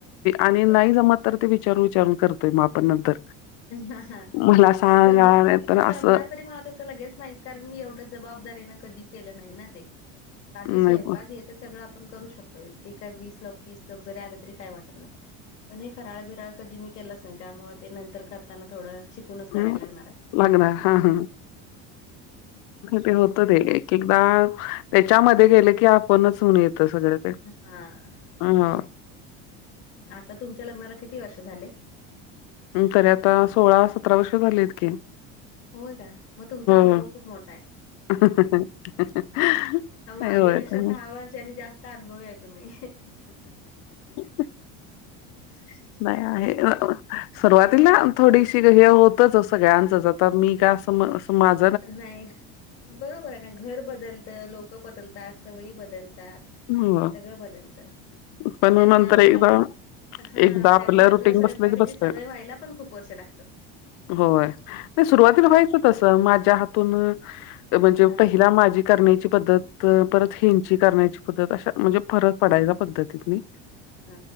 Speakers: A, on the left (about 60°); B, on the left (about 40°).
A: आणि
B: बर
A: नाही जमत तर ते विचारून विचारून करतोय मग आपण नंतर.
B: हा, हा,
A: मला सांगा
B: नाही जमत
A: नाहीतर
B: जमणार
A: असं
B: तरी म तस लगेच नाही कारण मी एवढं जबाबदारीन कधी केलं नाही ना ते. बाकी
A: नाही
B: स्वयंपाक ये ते सगळं आपण करू शकतोय, ते काही वीस लोक तीस लोक जरी आले तरी काय वाटत नाही. पण हे फराळ बिराळ कधी मी केलाच नाही, त्यामु ते नंतर करताना थोडं शिकूनच करायला
A: हं,
B: लागणार आहे.
A: लागणार. हां, हां. ते होत ते एक एकदा त्याच्यामध्ये गेलं की आपणच होऊन येतं सगळं. ते.
B: हां.
A: ह हा
B: आता तुमच्या लग्नाला किती वर्ष झाले
A: तरी आता सोळा सतरा वर्ष झालेत की
B: होय काय म तुमचा अनुभव
A: हो.
B: खूप मोठा हाय
A: <unintelligible>
B: माझ्यापेक्षा
A: नाही होय ते.
B: दहा वर्षांनी जास्त अनुभवी हाय तुम्ही
A: <inaudible>
B: <inaudible>
A: बाय आहे सुरवातीला थोडीशी हे होतच सगळ्यांचच आता मी काय अस माझ
B: नाही बरोबर हाय ना घर बदलतं लोक बदलतात सवयी बदलतात
A: हो.
B: सगळं बदलत त्यांना
A: पण नंतर
B: आपल
A: एकदा
B: हा
A: एकदा आपलं
B: त्यांना आपल्या
A: रुटीन
B: स्वयंपाकाची
A: बसलं की बसतय
B: सवय व्हायला पण खूप वर्ष लागतात
A: होय नाही सुरुवातीला
B: कारण
A: व्हायच तस माझ्या हातून म्हणजे
B: हा
A: पहिला माझी करण्याची पद्धत तर परत हिंची करण्याची पद्धत अशा म्हणजे फरक पडायचा पद्धतीतनी
B: हा